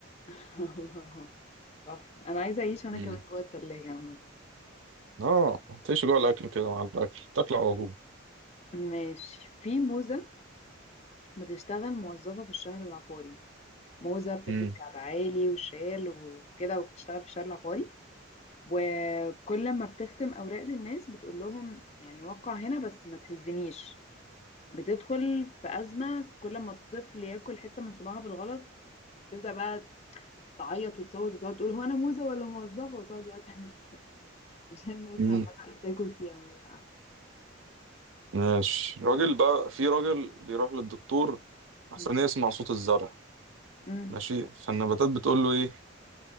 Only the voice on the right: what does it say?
مم.
اه تعيش جوه الأكل كده مع الأكل تاكل على طول
مم.
مم.
ماشي راجل بقى في راجل بيروح للدكتور عشان
يسمع صوت الزرع
ماشي فالنباتات بتقول له ايه